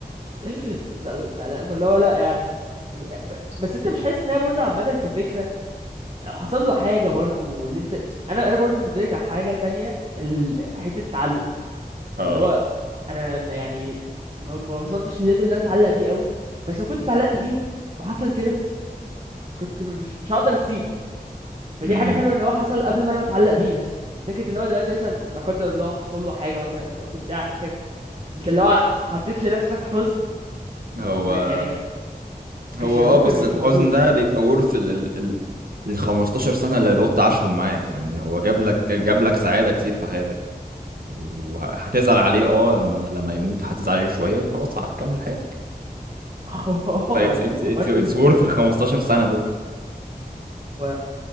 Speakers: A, on the right; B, on the right.
A: <laughs> فلا- فاللي هو لا يعني يعني ب- بس انت مش حاسس انها برضه عامة كفكرة لو حصل له حاجة برضه اللي انت انا انا برضه بالنسبة لي كحاجة تانية ال- حتة التعلق
B: اه
A: اللي هو انا ما- يعني ما ما وصلتش لليفل اللي انا اتعلق بيه قوي بس لو كنت اتعلقت بيه وحصل كده كنت مش مش هقدر اسيبه فدي
B: امم
A: حاجة حلوة ان هو حصل قبل ما انا متعلق بيه بس فكرة اللي هو دلوقتي مثلا لا قدر الله حصل له حاجة مثلا القط بتاعك او كده انت اللي هو حطيت لنفسك حزن ما
B: هو
A: ما- يعني
B: هو
A: كش ممكن
B: اه بس
A: يكون
B: الحزن
A: موجود
B: ده
A: <laughs>
B: بيبقى ورث ال ال ال ال 15 سنه اللي القط عاشهم معاك يعني هو جاب لك جاب لك سعاده كتير في حياتك وهتزعل عليه اه لما لما يموت هتزعل عليه شويه وخلاص هتكمل حياتك
A: ما هو هو
B: ف it's
A: يعني-
B: it's it's
A: هو أنت-
B: it's worth ال 15 سنه دول
A: و